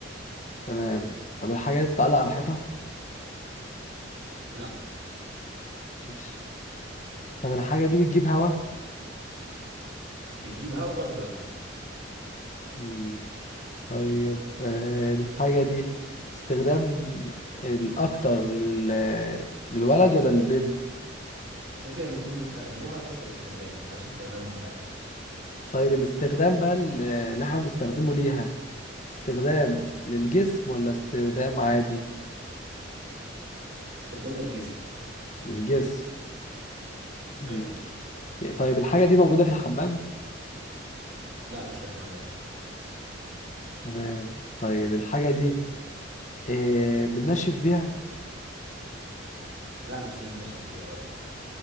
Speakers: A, on the left; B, on the right.
A: تمام طب الحاجة دي بتتعلق على حيطة
B: لا
A: ماشي طب الحاجة دي بتجيب هوا
B: بتجيب هوا برضو لا
A: مم. طيب آه الحاجة دي استخدام الأكتر لل... للولد ولا للبنت
B: ممكن الاتنين يستخدموها نفس الاستخدام ملهاش استخدام مختلف
A: طيب الاستخدام بقى ال- اللي احنا بنستخدمه ليها استخدام للجسم ولا استخدام عادي
B: استخدام الجسم
A: للجسم مم.
B: أيوه
A: يعني طيب الحاجة دي موجودة في الحمام
B: لا مش في الحمام
A: تمام طيب الحاجة دي إيه بننشف فيها
B: لا مش بننشف بيها برضو